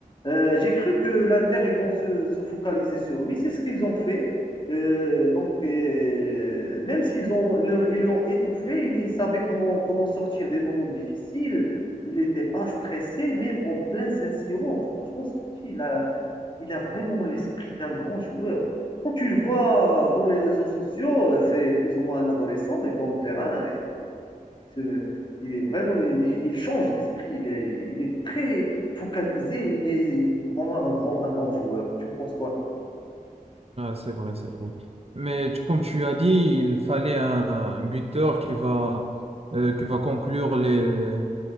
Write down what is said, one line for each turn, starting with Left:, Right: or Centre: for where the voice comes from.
Left: Euh, j'ai cru que l'Inter, ils vont se, se focaliser sur lui. C'est ce qu'ils ont fait. Euh, donc, euh, même s'ils ont, ils ils l'ont étouffé, ils savaient comment, comment sortir des moments difficiles. Il n'était pas stressé, même en plein Saint-Siro. Franchement, ce petit, il a, il a vraiment l'esprit d'un grand joueur. Quand tu le vois dans les réseaux sociaux, c'est plus ou moins un adolescent, mais dans le terrain, c'est- il est vraiment, il, il change d'esprit. Il est, il est très focalisé. Il est vraiment un grand, un grand joueur. Tu en penses quoi, toi?
Right: Ah, c'est vrai, c'est vrai. Mais tu- comme tu as dit, il fallait un, un buteur qui va, euh, qui va conclure les.